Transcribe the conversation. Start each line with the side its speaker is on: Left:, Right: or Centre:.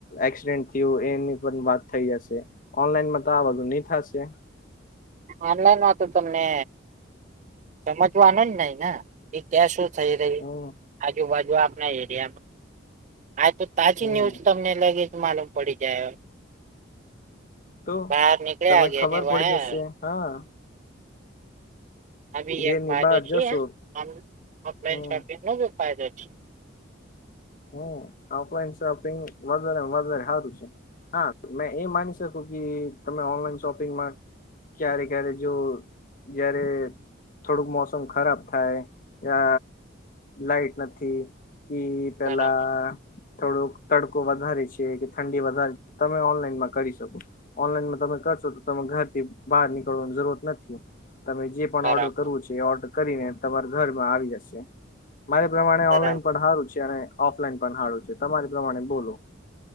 Left: એક્સિડેન્ટ થયું એની પણ વાત થઈ જશે ઓનલાઈન માં તો આ બધું ની થાશે
Right: ઓનલાઈન માં તો તમને સમજવાનું જ નહી ને ક્યા થઈ રહી
Left: હમ
Right: આજુબાજુ આપના એરિયામાં હા તો તાજી
Left: હમ
Right: ન્યૂઝ તમને લગે જ માલુમ પડી જાય
Left: તો
Right: બહાર નીકળ્યા
Left: તમે
Right: ગયા
Left: ખબર
Right: ને બાર
Left: પડી જશે હા
Right: આ ભી
Left: ઘેરની
Right: એક ફાયદો
Left: બહાર
Right: છીએ
Left: જશો
Right: હમ ઓનલાઇન
Left: હમ
Right: શોપિંગ ન ભી ફાયદો છે.
Left: હ ઓફલાઈન શોપિંગ વધારે વધારે સારું છે. હા મેં એ માની શકું કે તમે ઓનલાઈન શોપિંગમાં ક્યારે ક્યારે જો જ્યારે થોડુંક મોસમ ખરાબ થાય લાઈટ નથી પહેલા
Right: બરાબર
Left: થોડોક તડકો વધારે છે કે ઠંડી વધારે છે તમે ઓનલાઈનમાં કરી શકો ઓનલાઈનમાં તમે કરશો તો ઘર થી બહાર નીકળવાની જરૂરત નથી તમે જે પણ
Right: બરાબર
Left: ઓર્ડર કરવું છે ઓર્ડર કરીને તમારા ઘરમાં આવી જશે મારે પ્રમાણે
Right: બરાબર
Left: ઓનલાઈન પણ હારું છે અને ઓફલાઈન પણ હારું છે તમારી પ્રમાણે બોલો